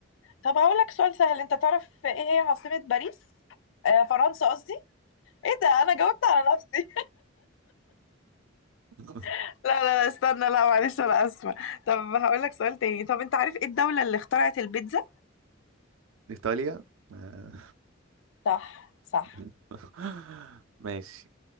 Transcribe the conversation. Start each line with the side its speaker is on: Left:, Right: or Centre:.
Left: طب هقول لك سؤال سهل انت تعرف ايه هي عاصمه باريس آه، فرنسا قصدي ايه ده انا جاوبت على نفسي
Right: <laughs>
Left: <laughs> لا لا لا استنى لا معلش انا اسفه طب هقول لك سؤال تاني طب انت عارف ايه الدولة اللي اخترعت البيتزا
Right: إيطاليا آه،
Left: صح صح
Right: <laughs> ماشي